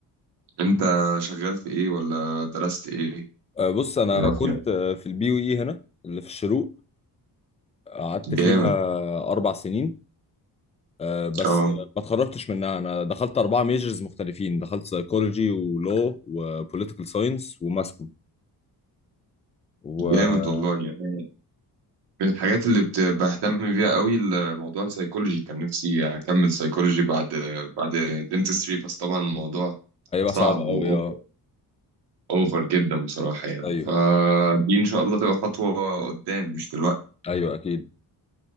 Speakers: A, on the right (about 80°); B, on the left (about 15°).
A: انت شغال في ايه ولا درست ايه
B: آه، بص انا
A: عرفني
B: كنت آه، في البي يو اي هنا اللي في الشروق قعدت
A: جامد
B: فيها اربع سنين آه، بس
A: اه
B: ما اتخرجتش منها انا دخلت اربعه ميجرز مختلفين دخلت سايكولوجي ولو وبوليتيكال ساينس وماسكوم وهيبقى
A: جامد والله يعني من الحاجات اللي بت- بهتم بيها قوي الموضوع السيكولوجي كان نفسي اكمل سيكولوجي بعد بعد دنتستري بس طبعا الموضوع صعب
B: صعب قوي
A: واوفر
B: اه
A: أوفر جدا بصراحة يعني
B: ايوه
A: فدي ان شاء الله تبقى خطوة قدام مش دلوقتي
B: ايوه اكيد